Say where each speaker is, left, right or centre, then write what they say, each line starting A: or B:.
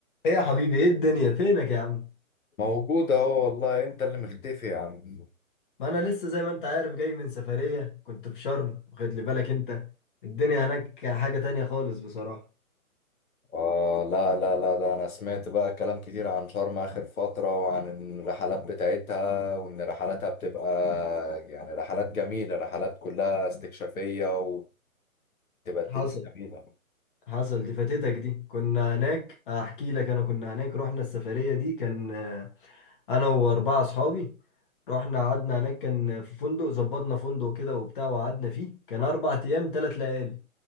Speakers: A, on the left (about 35°); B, on the left (about 70°).
A: ايه يا حبيبي ايه الدنيا فينك يا عم
B: موجود اهو والله انت اللي مختفي يا عم
A: ما انا لسه زي ما انت عارف جاي من سفرية كنت في شرم واخد لي بالك انت الدنيا هناك حاجة تانية خالص بصراحة
B: آه لا لا لا ده انا سمعت بقى كلام كتير عن شرم اخر فترة وعن الرحلات بتاعتها وان رحلاتها بتبقى يعني رحلات جميلة رحلات كلها استكشافية وبتبقى الدنيا
A: حصل
B: جميلة
A: حصل دي فاتتك دي كنا هناك احكي لك انا كنا هناك رحنا السفرية دي كان آه، انا واربعة اصحابي رحنا قعدنا هناك كان في فندق ظبطنا فندق كده وبتاع وقعدنا فيه كان اربع ايام ثلاث ليالي